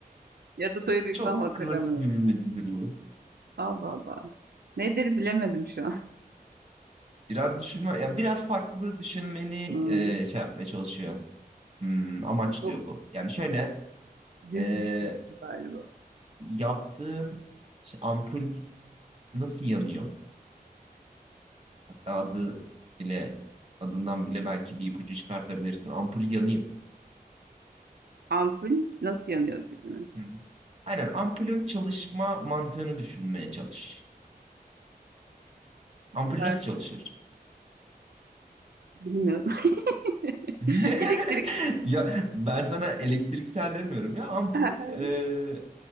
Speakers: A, on the right; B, on the right.
A: Ya da duyduysam
B: Çok
A: hatırlamıyorum.
B: klasik bir bilmecedir bu.
A: Allah Allah. Nedir bilemedim şu an.
B: Biraz düşünme, ya biraz farklı düşünmeni
A: Hmm,
B: e, şey yapmaya çalışıyor. Hmm, amaçlıyor
A: çok
B: bu. Yani şöyle
A: düz
B: e,
A: düşünüyorum galiba.
B: yaptığım işte ampul nasıl yanıyor? Hatta adı bile adından bile belki bir ipucu çıkartabilirsin. Ampul yanıyor.
A: Ampul nasıl yanıyor gibi mi?
B: Hı hı. Aynen ampulün çalışma mantığını düşünmeye çalış.
A: O
B: Ampul
A: kadar
B: nasıl çalışır?
A: bilmiyorum. <laughs>
B: <laughs>
A: Elektrikle.
B: Ya ben sana elektriksel demiyorum ya ampul
A: <laughs>
B: e,